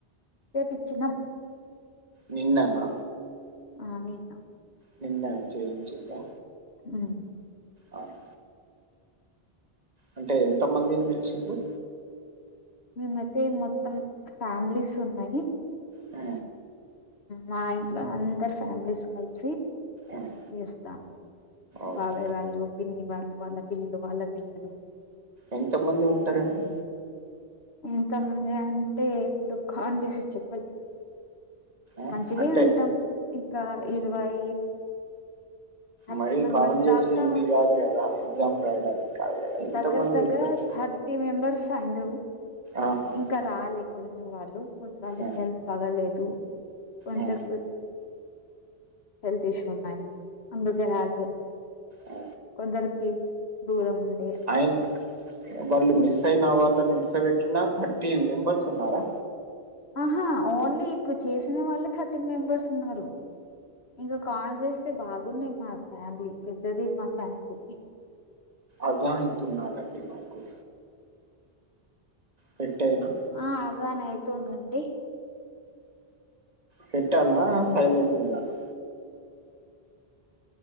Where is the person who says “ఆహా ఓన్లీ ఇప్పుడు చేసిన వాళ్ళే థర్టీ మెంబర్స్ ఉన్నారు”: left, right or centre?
Left